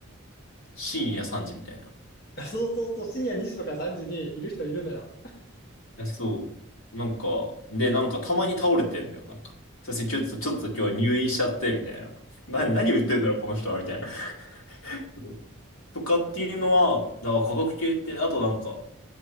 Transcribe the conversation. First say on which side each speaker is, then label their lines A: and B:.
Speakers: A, on the left; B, on the left.
A: 深夜3時みたいな。
B: <laughs> そうそうそう、深夜2時とか3時にいる人いるのよ。
A: や、そう。なんか、で、なんかたまに倒れてんだよ、なんか。さすがにちょっと、ちょっと今日入院しちゃって、みたいな。<laughs> な、
B: うん。
A: 何言ってんだろう、この人は、みたいな。<laughs> そうとかっていうのは、だから科学系って、あとなんか、